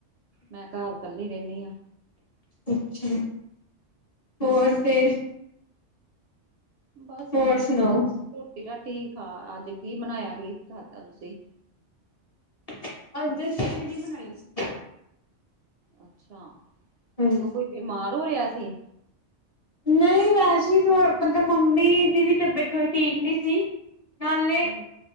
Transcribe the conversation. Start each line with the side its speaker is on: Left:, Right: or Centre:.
Right: ਮੈਂ ਘਰ ਕੱਲੀ ਰਹਿੰਦੀ ਹਾਂ
Left: ਅੱਛਾ ਹੋਰ ਫਿਰ
Right: ਬਸ
Left: ਹੋਰ
Right: ਤੁਸੀਂ
Left: ਸੁਣਾਓ?
Right: ਦੱਸੋ ਰੋਟੀ ਰਾਟੀ ਖਾ ਅੱਜ ਕੀ ਬਣਾਇਆ ਕੀ ਖਾਦਾ ਤੁਸੀਂ
Left: ਹਾਂਜੀ ਅੱਜ ਅਸੀਂ ਖਿਚੜੀ ਬਨਾਈ ਸੀ
Right: ਅੱਛਾ
Left: ਹਾਂਜੀ।
Right: <unintelligible> ਕੋਈ ਬਿਮਾਰ ਹੋ ਰਿਹਾ ਸੀ
Left: ਨਹੀਂ ਵੈਸੇ ਮਤਲਬ ਮੰਮੀ ਦੀ ਵੀ ਤਬੀਅਤ ਥੋੜੀ ਠੀਕ ਨੀ ਸੀ <unintelligible>
Right: ਹੂੰ,